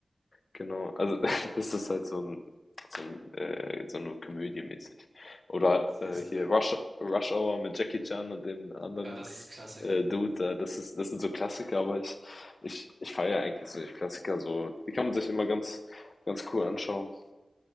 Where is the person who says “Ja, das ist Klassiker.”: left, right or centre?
Right